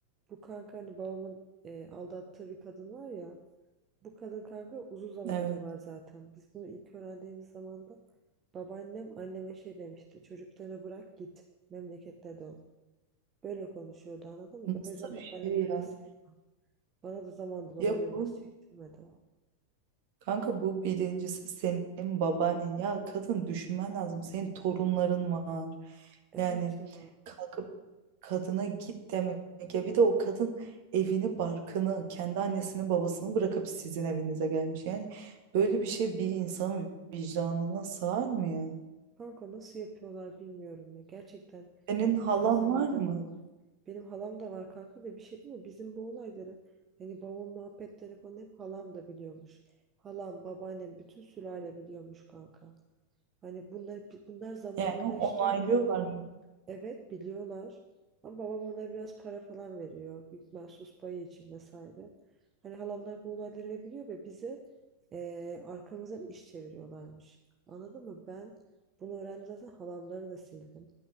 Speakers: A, on the right (about 25°); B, on the right (about 50°).
A: bu kanka hani babamın e, aldattığı bir kadın var ya. Bu kadın kanka uzun zamandır
B: Evet.
A: var zaten. Biz bunu ilk öğrendiğimiz zaman da babaannem anneme şey demişti. Çocuklarını bırak git. Memleketine dön. Böyle konuşuyordu anladın mı?
B: Nasıl
A: Ben o yüzden babaannemleri
B: bir şey ya?
A: de sevdim. Bana da zamanında babaannem
B: Ya bu
A: az çektirmedi.
B: Kanka bu birincisi senin babaannen. Ya kadın düşünmen lazım. Senin torunların var.
A: Evet
B: Yani
A: ya.
B: kalkıp kadına git demek ya. Bir de o kadın evini, barkını, kendi annesini, babasını bırakıp sizin evinize gelmiş. Yani böyle bir şey bir insanın vicdanına sığar mı ya?
A: Kanka nasıl yapıyorlar bilmiyorum ya. Gerçekten
B: Senin
A: benim
B: halan
A: bazen
B: var
A: midem
B: mı?
A: almıyor. Benim halam da var kanka ve bir şey değil mi? Bizim bu olayları hani babam muhabbetleri falan hep halam da biliyormuş. Halam, babaannem bütün sülale biliyormuş kanka. Hani bunlar bunlar zamanında
B: Yani onaylıyorlar
A: işte
B: mı?
A: Evet biliyorlar. Ama babam ona biraz para falan veriyor. Büyük mahsus payı için vesaire. Hani halamlar bu olayları ve biliyor ve bize eee, arkamızdan iş çeviriyorlarmış. Anladın mı? Ben bunu öğrendim zaten halamları da sildim.